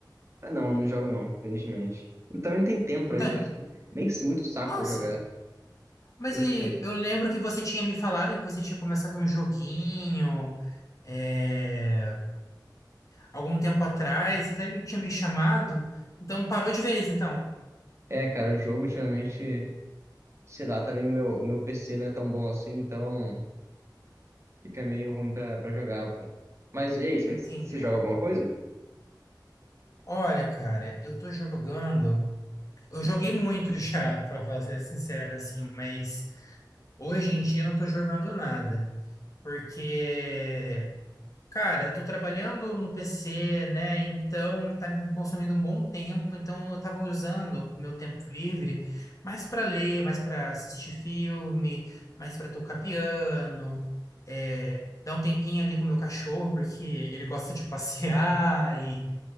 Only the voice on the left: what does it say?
Não tem?
Nossa,
Mas
e, eu lembro que você tinha me falado que você tinha começado um joguinho é, algum tempo atrás, você até me tinha me chamado, então parou de vez, então.
Entendi.
Olha, cara, eu tô jogando. Eu joguei muito já, <laughs> pra falar- ser sincero, assim, mas hoje em dia eu não tô jogando nada. Porque Cara, eu tô trabalhando no PC, né? Então tá me consumindo um bom tempo. Então eu tava usando o meu tempo livre mais para ler, mais para assistir filme, mais para tocar piano, é, dar um tempinho ali com o meu cachorro, porque ele gosta de <laughs> passear e,